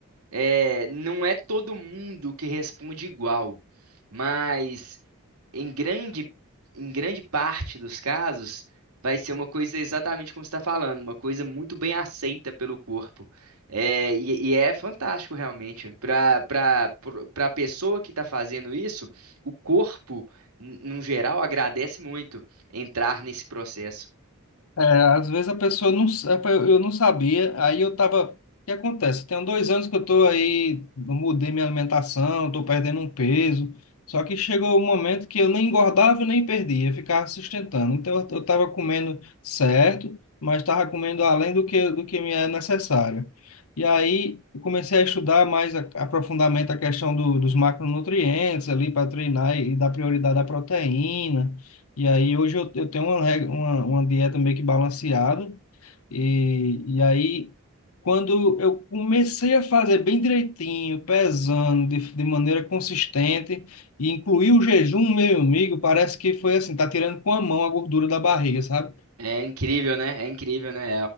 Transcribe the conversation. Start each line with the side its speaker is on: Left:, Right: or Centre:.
Right: É, não é todo mundo que responde igual, mas em grande, em grande parte dos casos vai ser uma coisa exatamente como você está falando, uma coisa muito bem aceita pelo corpo. É, e, e é fantástico realmente. Para para a pessoa que está fazendo isso, o corpo, n- no geral, agradece muito entrar nesse processo.
Left: É, às vezes a pessoa não, sa- é, eu não sabia, aí eu tava, o que acontece? Tem dois anos que eu tô aí, eu mudei minha alimentação, tô perdendo um peso, só que chegou o um momento que eu nem engordava nem perdia, ficava sustentando. Então eu, eu tava comendo certo, mas tava comendo além do que do que me é necessário. E aí eu comecei a estudar mais a, aprofundamento a questão do, dos macronutrientes ali para treinar e, e dar prioridade à proteína. E aí hoje eu, eu tenho uma, regra- uma, uma dieta meio que balanceada. E, e aí, quando eu comecei a fazer bem direitinho, pesando de, de maneira consistente, e incluir o jejum, meu amigo, parece que foi assim, tá tirando com a mão a gordura da barriga, sabe?
Right: É incrível, né? É incrível, né?